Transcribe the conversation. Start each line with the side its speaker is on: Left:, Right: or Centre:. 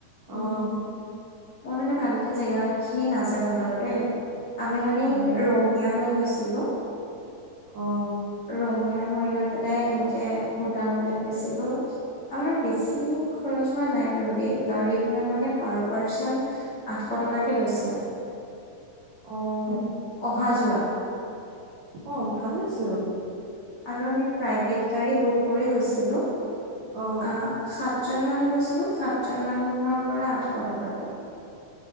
Right: অ',
Left: উম। মই মানে ভালকে জেগাখিনি নাজানো বাৰু দেই। আমি মানে
Right: উম,
Left: এই ৰঙীয়া হৈ গৈছ কিনো
Right: অ',
Left: ৰঙীয়া হৈ না তেনে এনেকে ভূটানলৈ গৈছিলো, আমাৰ বেছি খৰচ হোৱা নাই বাৰু দেই, গাড়ী ভাৰা মানে পাৰ পাৰ্চন আঠশ টকাকে লৈছে।
Right: অ',
Left: উম, অহা যোৱা।
Right: অ', ভালেচোন
Left: আৰু আমি প্ৰাইভেত গাড়ী বুক কৰি গৈছ ছিলোঁ আ,
Right: অ',
Left: সাতজন মানুহ গৈছিলোঁ, সাতজন মানুহৰ পৰা আঠশ টকাকে